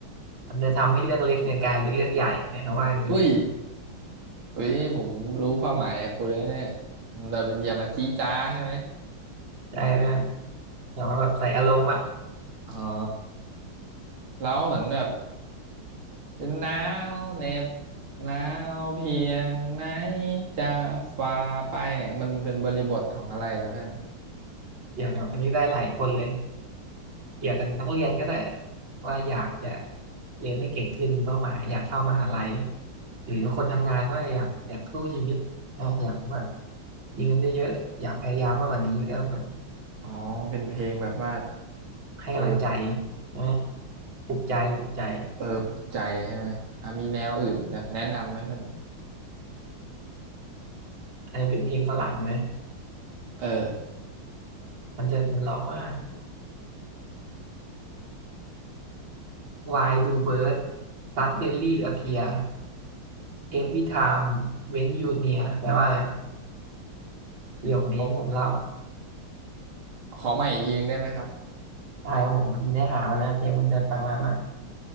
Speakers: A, on the right (about 65°); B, on the right (about 85°).
A: มันจะทำให้เรื่องเล็กเนี่ยกลายเป็นเรื่องใหญ่นะครับว่าอย่างนี้
B: อุ้ยอุ้ยนี่ผมรู้ความหมายจากคุณแล้เนี่ยแบบอย่ามาจี้จ้าใช่ไหม
A: ได้เพื่อนแต่ว่าแบบใส่อารมณ์อ่ะ
B: อ๋อแล้วเหมือนแบบ จะหนาวเหน็บหนาวเพียงไหนจะฝ่าไปเนี่ยมันเป็นบริบทของอะไรอะเพื่อน
A: อย่างแบบอันนี้ได้หลายคนเลย เกี่ยวกับนักเรียนก็ได้ว่าอยากจะเรียนให้เก่งขึ้นมีเป้าหมายอยากเข้ามหาลัยหรือคนทำงานก็อยากอยากสู้ชีวิตนะอยากว่ามีเงินเยอะๆอยากพยายามมากกว่านี้ก็เหมือน
B: อ๋อเป็นเพลงแบบว่า
A: ให้กำลังใจ
B: เออ
A: นะปลุกใจปลุกใจ
B: เออปลุกใจใช่ไหมอ่ะมีแนวอื่นแบบแนะนำไหมเพื่อน
A: อันนี้เป็นเพลงฝรั่งเลย
B: เออ
A: มันจะมันร้องว่า Why do birds suddenly appear every time when you near แปลว่าอะไรประโยคนี้ที่ผมเล่า
B: เอาขอใหม่อีกทีหนึงได้ไหมครับ
A: ตายครับผมมันเนื้อหามันนะเพลงมันจะประมาณว่า